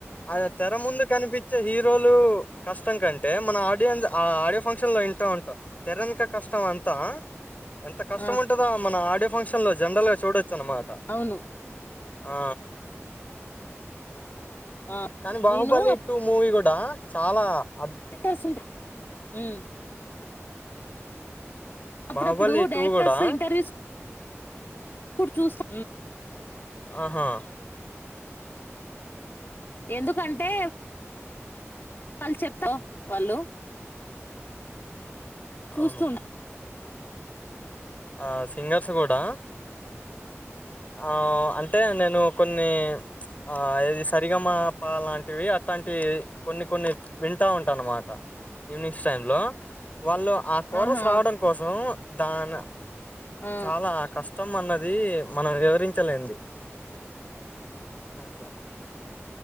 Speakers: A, on the left; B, on the left.
A: అ తెర ముందు కనిపించే హీరోలు కష్టం కంటే మన ఆడియన్స్ ఆ ఆడియో ఫంక్షన్ లో వింటా ఉంటాం తెరనుక కష్టం అంతా ఎంత కష్టం
B: ఆ
A: ఉంటందా మన ఆడిో ఫంక్షన్ లో జనరల్ చూడ చన్నమాట
B: అవును
A: ఆ
B: ఆ
A: కానీ బాహుబలి
B: నేను
A: టటు మూవీ కూడా చాలా అద్
B: అ సధ ఊ అప్పుడప్పుడు
A: బాహుబలి
B: డైరెక్టర్స్
A: టూ కూడా
B: ఇంటర్వ్యూస్ ఇడు చూస్తా
A: ఆహా
B: ఎందుకంటే వాళ్ళు చెప్తావు వాళ్ళు చూస్తూ
A: అవును
B: ఉంట
A: ఆ సింగర్స్ కుడా ఆ అంటే నేను కొన్ని ఆ ఏది సరిగమ ప లాంటివి అట్టాంటి కొన్ని కొన్ని వింటా ఉంటాను అన్నమాట ఈవినింగ్స్ టై లో వాళ్ళు ఆ కోరస్
B: ఆహా
A: రావడం కోసం దాన
B: ఆ
A: చాలా కష్టం అన్నది మనం వివరించలేంది అట్ల